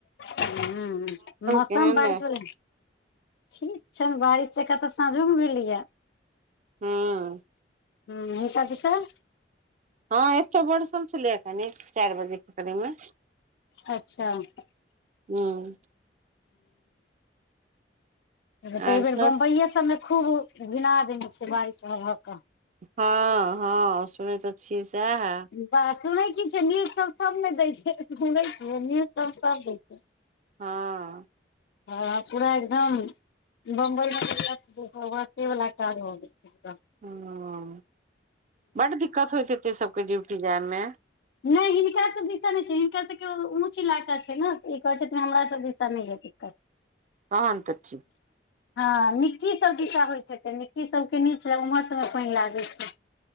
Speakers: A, on the left; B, on the right.
A: हूँ मौसम
B: केहन
A: बारिश
B: अइ
A: वला ठीक छैन बारिश जेका तऽ साँझो मे भेलियह
B: हँ
A: ह ओझा जी सब
B: हँ एतो बड़सल छलै कनी चारि बजे के करीबमे
A: अच्छा हूँ त
B: हूँ
A: एहि
B: आर
A: बेर
B: सब
A: बम्बइए सबमे खूब घिना देने छै बारिश के
B: हँ हँ सुनै तऽ छियै सएह
A: ब सुनै क न्यूज सब सब ने दै छै सु न्यूज सब सब छै
B: हँ
A: हँ पूरा एकदम बम्बई <unintelligible>
B: ह बड दिक्कत होयत हैते सबके ड्यूटी जाय मे
A: नहि हिनकाँ दिशा नहि छै हिनका सभके ऊँच इलाका छै ने ई कहैत छथिन हमरा सभ दिसा नहि यऽ दिक्कत
B: तहन त
A: हँ निक्की सब जसा होइत छै त निक्की सबके नीच ल उम्हर सबमे पानि लागैत छै